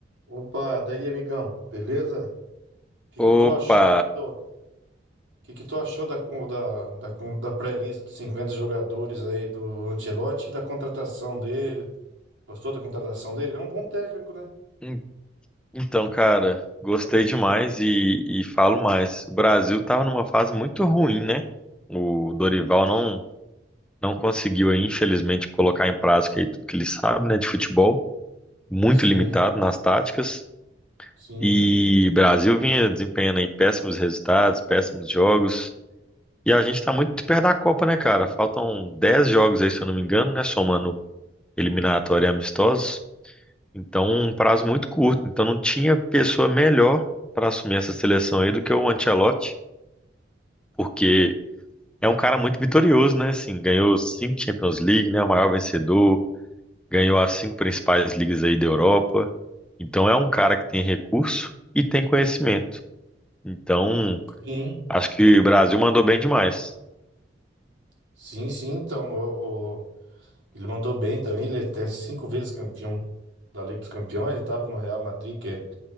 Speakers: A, on the right (about 80°); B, in the centre.
A: Opa, daí, amigão, beleza? O que que
B: Opa!
A: tu achou do, que que tu achou da con- da, da, con- da pré-lista dos 50 jogadores aí do Ancelotti e da contratação dele? Gostou da contratação dele? É um bom técnico, né?
B: En- Então, cara, gostei demais e, e falo mais. O Brasil estava numa fase muito ruim, né? O Dorival não, não conseguiu, aí, infelizmente, colocar em prática aí tudo que ele sabe, né, de futebol, muito
A: Sim,
B: limitado nas táticas.
A: sim,
B: E o Brasil vinha desempenhando aí péssimos resultados, péssimos jogos. E a gente está muito perto da Copa, né, cara? Faltam 10 jogos aí, se eu não me engano, né? Somando eliminatória e amistosos. Então, um prazo muito curto. Então, não tinha pessoa melhor para assumir essa seleção aí do que o Ancelotti, porque é um cara muito vitorioso, né? Assim, ganhou cinco Champions League, né? O maior vencedor, ganhou as cinco principais ligas aí da Europa. Então, é um cara que tem recurso e tem conhecimento. Então,
A: sim,
B: acho que o Brasil mandou bem demais.
A: sim, sim. Então, o, o- ele mandou bem também. Ele é até cinco vezes campeão da Liga dos Campeões. Ele Estava no Real Madrid, que é,